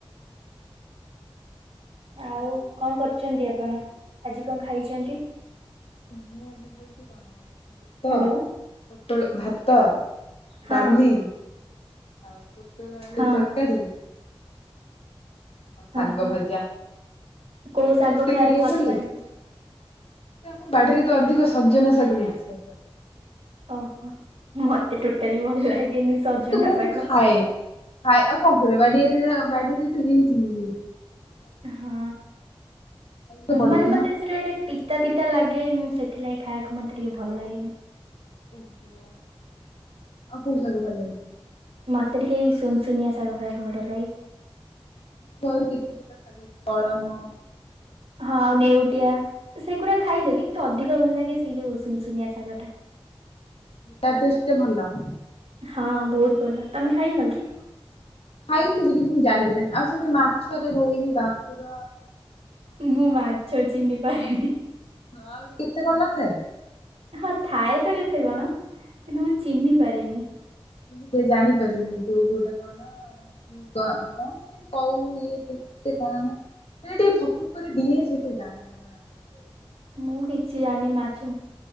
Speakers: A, on the left; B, on the right.
A: ହଁ।
B: ଆଉ କଣ କରୁଛନ୍ତି ଆପଣ, ଆଜି କଣ ଖାଇଛନ୍ତି?
A: ମୁଁ ଆଜି ଖାଇଛି କଣ ଭାତ
B: ହ୍ୟାଲୋ।
A: ପୋଟଳ ଭା ତ
B: ହଁ
A: ଡାଲି ଆଉ ପୋ ପୋଟଳ ଆଳୁ
B: ହଁ।
A: ତରକାରୀ। ଆଉ ଶାଗ
B: ଓହୋ,
A: ଭଜା।
B: କୋଉ
A: ଆମକୁ
B: ଶାଗ
A: ରୋଷେଇ
B: ଖାଇବାକୁ
A: କରିବାକୁ ଲାଗେ
B: ଭଲ ପାଆନ୍ତି?
A: ଆମ ବାଡିରେ ତ ଅଧିକ ସଜନା ଶାଗ ହେଇଛି।
B: ଓହୋ, ମତେ ଟୋଟାଲି ଭଲ ଲାଗେନି। ସଜନା
A: ତ ମୁଁ
B: ଶାଗ।
A: ଖାଏ ଖାଏ ଆଉ କଣ କରିବ ବାଡିଆରେ ବାଡିରେ ତ ହେଇଛିି ଯେ
B: ହଁ,
A: ତ
B: ମୁଁ
A: ପଡିବ
B: ମାନେ
A: ନା
B: ମତେ ସେଟା ଗୋଟେ ପିତା ପିତା ଲାଗେ ମୁଁ ସେଥିଲାଗି ଖାଇବାକୁ ମତେ ଟିକେ ଭଲ ଲାଗେନି।
A: ଓହୋ ଆଉ କୋଉ ଶାଗ ଭଲ ଲାଗେ?
B: ମତେ ଟିକେ ଏଇ ସୁନ ସୁୁନିଆ ଶାଗ ଖାଇବାକୁ ବଢ଼ିଆ ଲାଗେ।
A: କହନ୍ତି କଳମ
B: ହଁ ଆଉ ନେଉଟିଆ ସେଗୁଡା ଖାଇଦେବି କିନ୍ତୁ ଅଧିକ ଭଲ ଲାଗେ ସେଇ ଯୋଉ ସୁନସୁନିଆ ଶାଗ ଟା।
A: ତା ଟେଷ୍ଟ ଭଲ?
B: ହଁ ବହୁତ ଭଲ। ତମେ ଖାଇନ କି?
A: ଖାଇଥିବି କିନ୍ତୁ ଜାଣିପାରେନି, ଆଉ ସେମତି ମାଛରେ ରୋହି, ବାକୁର
B: ମୁଁ ମାଛ ଚିହ୍ନି ପାରେନି।
A: ହଁ ଆହୁରି କେତେ କଣ ନଥାଏ?
B: ହଁ ଥାଏ ତ କେତେ କଣ କିନ୍ତୁ ମୁଁ ଚିହ୍ନି ପାରେନି।
A: ସେ ଜାଣିପାରେନି କୋଉ କୋଉଟା କଣ। କଣ କଉନି ଇଏ କେତେ କଣ ସେ ଟିକେ ଫକ୍ ଫକ୍ କରି ଡିଏଁ ସେଇଠି ଜାଣା ଜଣାପଡିଯାଉଛି।
B: ମୁଁ କିଛି ଜାଣିନି ମାଛ